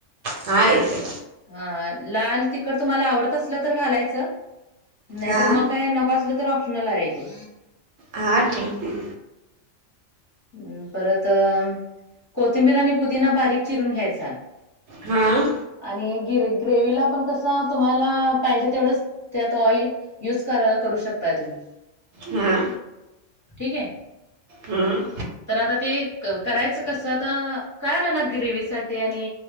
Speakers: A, on the right; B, on the left.
A: हा येतय
B: हा लाल तिखट तुम्हाला आवडत असलं तर घालायचं. नायतर
A: हां
B: म काय नको असलं तर ऑप्शनल आहे तेे
A: हां ठीके
B: हं परत अ कोथिंबीर आणि पुदीना बारीक चिरून घ्यायचा.
A: हां
B: आणि गिर ग्रेवीला पण कसा तुम्हाला पाहिजे तेवढंच त्यात ऑइल युज कर अ करू शकताय तुम्ही
A: हां
B: ठीके.
A: हं
B: तर आता ते क करायचं कसं आता कळालं ना ग्रेवीसाठी आणि